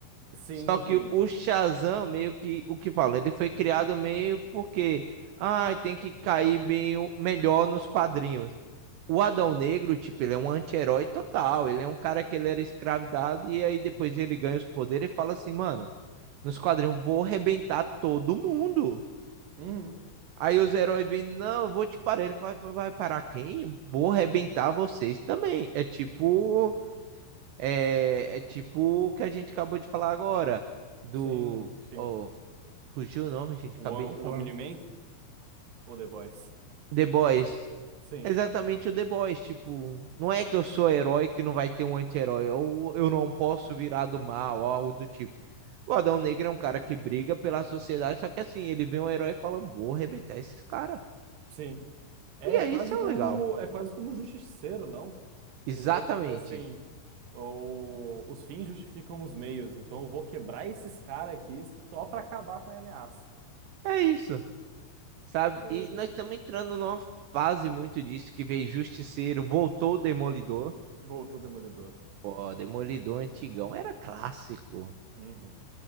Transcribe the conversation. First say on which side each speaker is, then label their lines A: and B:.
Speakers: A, on the right; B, on the right.
A: Sim,
B: só que
A: sim.
B: o Shazam, meio que o que fala, ele foi criado meio porque ah, tem que cair bem o- melhor nos quadrinhos. O Adão Negro, tipo, ele é um anti-herói total. Ele é um cara que ele era escravidado e aí depois ele ganha os poderes e fala assim, mano, nos quadrinhos vou arrebentar todo mundo.
A: Uhum.
B: Aí os heróis vêm, não, eu vou te parar. Ele vai, vai parar quem? Vou arrebentar vocês também. É tipo. É, é tipo o que a gente acabou de falar agora. Do.
A: Sim, sim.
B: Oh, fugiu o nome, gente.
A: O,
B: Acabei
A: o
B: de falar.
A: Omni-Man ou The Boys?
B: The Boys.
A: Sim,
B: É Exatamente o The Boys. Tipo, não é que eu sou herói que não vai ter um anti-herói. Ou eu não posso virar do mal, ou algo do tipo. O Adão Negro é um cara que briga pela sociedade, só que assim, ele vê um herói e fala: vou arrebentar esses caras.
A: sim. É
B: E aí,
A: quase
B: isso é o
A: como
B: legal.
A: é quase como o Justiceiro, não?
B: Exatamente.
A: Que daí, tipo assim, o, os fins justificam os meios, então eu vou quebrar esses caras aqui só pra acabar com a ameaça.
B: É isso, sabe?
A: maluco
B: E nós estamos entrando numa fase muito disso que veio Justiceiro, voltou o Demolidor.
A: Voltou o Demolidor.
B: Pô, Demolidor antigão era clássico,
A: Uhum.